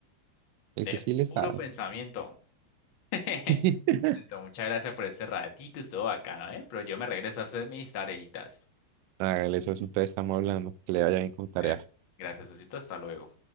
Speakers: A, on the right; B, on the left.
A: El
B: De
A: que sí le
B: puro
A: sabe.
B: pensamiento. <laughs>
A: <laughs>
B: Listo, muchas gracias por este ratito, estuvo bacano, ¿eh? Pero yo me regreso a hacer mis tareitas.
A: Hágale, socio, entonces estamos hablando. Que le vayan a encontrar
B: Eh, gracias, socito, hasta luego.